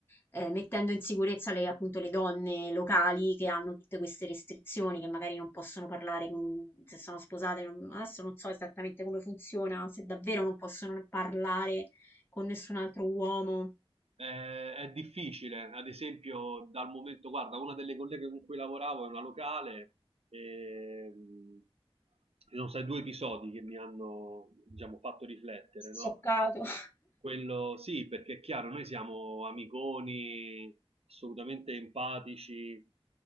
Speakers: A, on the left; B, on the right.
A: eh, mettendo in sicurezza le, appunto, le donne locali che hanno tutte queste restrizioni, che magari non possono parlare con- se sono sposate. non- adesso non so esattamente come funziona, se davvero non possono parlare con nessun altro uomo.
B: Eh, è difficile, ad esempio, dal momento, guarda, una delle colleghe con cui lavoravo è una locale, e, mh, ci sono stati due episodi che mi hanno, diciamo, fatto riflettere,
A: Scioccato.
B: no?
A: <laughs>
B: Quello sì, perché è chiaro, noi siamo amiconi, assolutamente empatici.